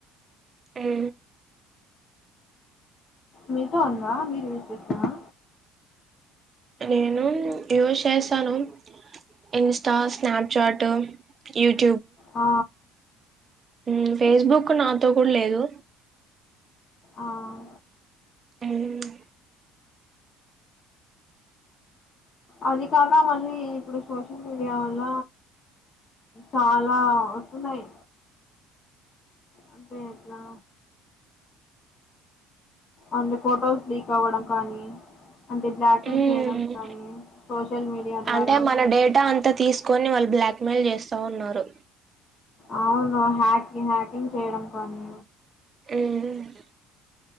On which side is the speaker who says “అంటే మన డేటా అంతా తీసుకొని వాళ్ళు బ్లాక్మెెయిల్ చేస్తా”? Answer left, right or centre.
Right